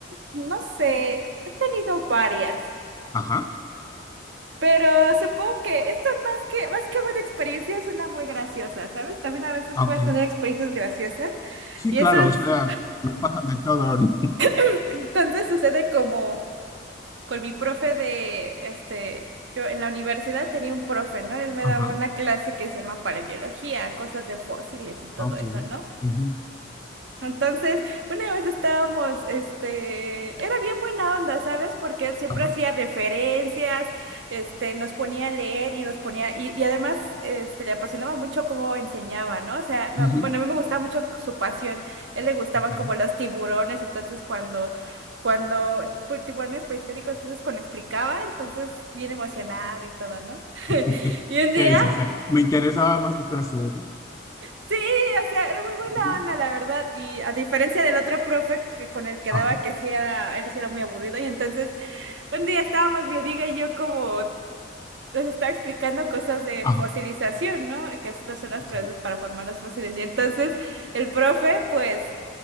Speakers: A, on the right (about 75°); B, on the left (about 20°).
A: no sé, he tenido varias,
B: ajá,
A: pero supongo que esto es más que, más que buena experiencia, es una muy graciosa, ¿sabes? También a veces
B: ah,
A: puedes
B: ok.
A: tener experiencias graciosas
B: Sí,
A: y
B: claro,
A: eso es,
B: o sea, nos pasan de todo, ¿no?
A: <clears throat> entonces sucede como... con mi profe de, este, yo en la universidad tenía un profe, ¿no? Él me
B: Ajá,
A: daba una clase que se llama paleobiología, cosas de fósiles y todo
B: ah, ok.
A: eso, ¿no?
B: ujú,
A: Entonces, una vez estábamos, este, era bien buena onda, ¿sabes? Porque él siempre
B: ajá,
A: hacía referencias, este, nos ponía a leer y nos ponía, y, y además, este, le apasionaba mucho cómo enseñaba, ¿no? O sea, me-
B: ujú,
A: bueno, a mí me gustaba mucho su pasión, a él le gustaban
B: ok.
A: como los tiburones, entonces cuando, cuando, pues, tiburones prehistóricos, entonces cuando explicaba, entonces bien emocionado y todo, ¿no? <laughs>
B: <laughs>
A: Y un día
B: ¿Qué dices? Me interesaba más tu clase, ¿verdad?
A: Sí, o sea, era muy buena
B: Ujú,
A: onda, la verdad. Y a diferencia del otro profe que con el que
B: Ajá,
A: daba, que sí era, él sí era muy aburrido. Y entonces, un día estábamos mi amiga y yo como les estaba explicando cosas de
B: ajá,
A: fosilización, ¿no? Que es- son las presas
B: sí,
A: para formar los fósiles. Y entonces el profe, pues,